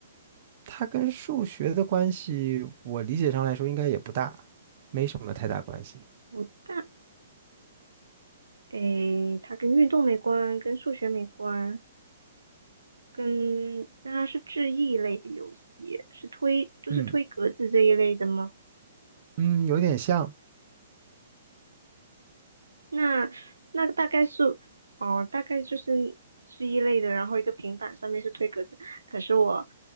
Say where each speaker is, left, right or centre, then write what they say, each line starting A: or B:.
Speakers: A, on the right (about 45°); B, on the right (about 80°).
A: 它跟数学的关系，我理解上来说应该也不大，没什么太大关系，
B: 不大，诶，它跟运动没关，跟数学没关，跟那它是智力类的游戏，是推就是推格子这一类的吗？
A: 嗯嗯，有点像，
B: 那那大概是哦，大概就是是一类的，然后一个平板上面是推格子，可是我